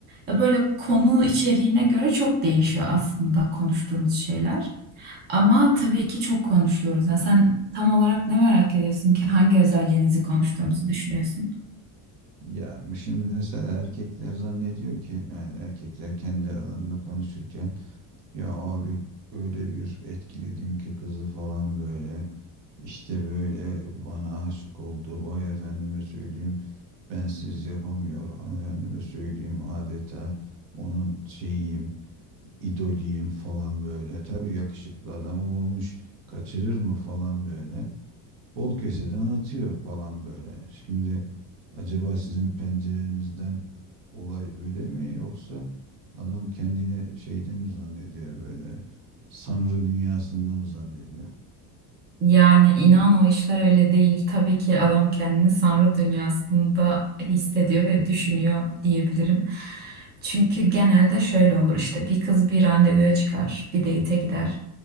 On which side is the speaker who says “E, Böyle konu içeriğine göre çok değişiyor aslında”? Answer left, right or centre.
Right